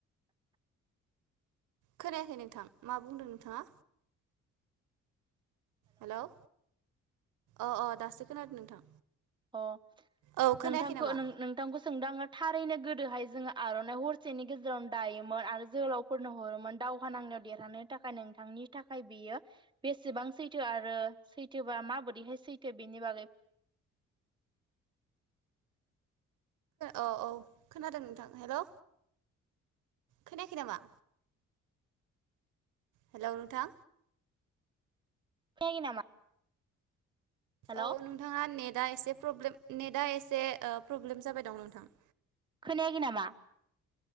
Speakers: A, on the right; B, on the right.
A: खोनायाखै नोंथां मा बुंदों नोंथाङा? हेल' अ अ दासो खोनादों नोंथां।
B: अ
A: औ खोनायाखै
B: नोंथांखौ
A: नामा
B: नोंथांखौ सोंदाङो थारैनो गोदोहाय जोङो आर'नाइ हरसेनि गेजेरावनो दायोमोन आरो जोहोलावफोरनो हरोमोन दावहा नांनायाव देरहानो थाखाय नोंथांनि थाखाय बेयो बेसेबां सैथो आरो सैथोबा माबोरैहाय सैथो बेनि बागै
A: औ औ खोनादों नोंथां हेलौ खोनायाखै नामा? हेलौ नोंथां
B: खोनायाखै नामा? हेलौ
A: औ नोंथाङा नेटआ एसे प्रब्लेम नेटआ एसे प्रब्लेम जाबाय दं नोंथां।
B: खोनायाखै नामा?